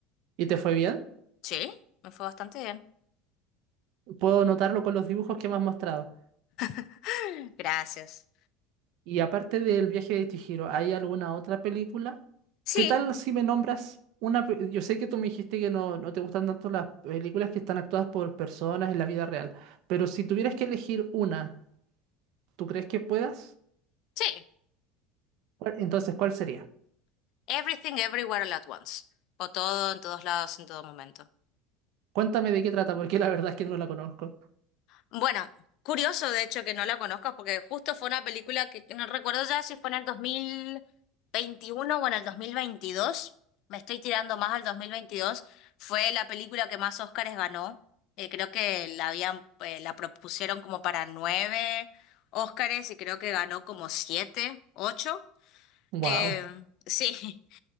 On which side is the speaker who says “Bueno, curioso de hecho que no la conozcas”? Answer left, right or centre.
Left